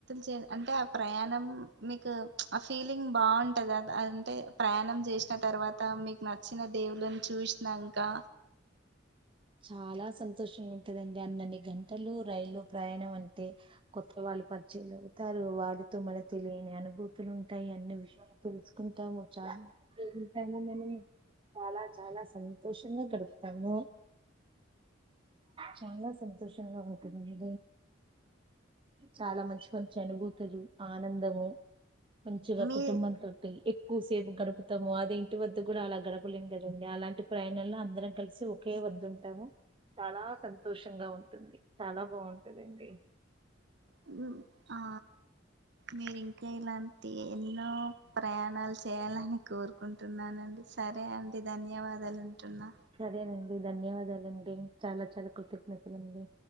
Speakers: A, on the right; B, on the right.
A: చేయను అంటే ఆ ప్రయాణం మీకు ఆ ఫీలింగ్ బావుంటదా అంటే ప్రయాణం జేస్న తర్వాత మీ నచ్చిన దేవుళ్లను చూస్నాంకా
B: చాలా సంతోషంగుంటదండి అన్నన్ని గంటలు రైల్లో ప్రయాణం అంటే కొత్త వాళ్ళు పరిచయలు అవుతారు వారితో మనకు తెలియని అనుభూ తులుంటాయి అన్ని విషయాలు తెలుసుకుంటాము చాలా <unintelligible> చాలా చాలా సంతోషంగా గడుప్తాము చాలా సంతోషంగా ఉంటుంది చాలా మంచి మంచి అనుభూతులు ఆనందము మంచిగా
A: మీ
B: కుటుంబంతోటి ఎక్ క్కు సేపు గడుపుతాము అదే ఇంటి వద్ద కూడా అలా గడపలేం గదండి అలాంటి ప్రయాణాల్లో అందరం కలిసి ఒ ఒకే వద్దుంటాము చాలా సంతోషంగా ఉంటుంది చాలా బావుంటదండి
A: <inaudible> అహా మీరింకా ఇలాంటి ఎన్నో ప్రయాణాల్ చేయాలని కోరు కుంటున్నానండి సరే అండి ధన్యవాదాల్ లుంటున్నా
B: సరేనండి ధన్యవాదాలండి చాలా చాలా కృతజ్ఞతలండి